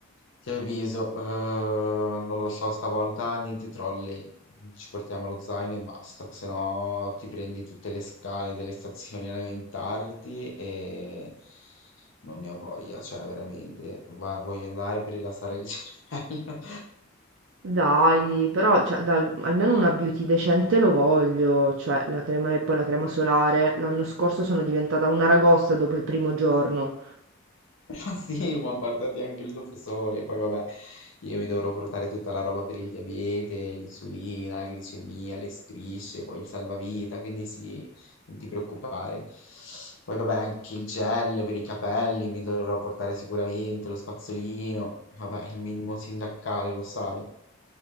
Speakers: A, on the left; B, on the right.
A: Ti avviso, eh, non lo so, stavolta niente trolley. Ci portiamo lo zaino e basta, se no ti prendi tutte le scale delle stazioni <laughs> a lamentarti e non ne ho voglia, cioè veramente, va- voglio andare per rilassare il <laughs> cervello.
B: Dai, però cioè, dal- almeno una beauty decente lo voglio, cioè la crema e poi la crema solare. L'anno scorso sono diventata una ragosta dopo il primo giorno.
A: Sì, ma portati anche il doposole, poi vabbè, io mi dovrò portare tutta la roba per il diabete, l'insulina, la glicemia, le strisce, poi il salvavita, quindi sì, non ti preoccupare. Poi vabbè, anche il gel per i capelli mi dovrò portare sicuramente, lo spazzolino, vabbè, il minimo sindacale, lo sai.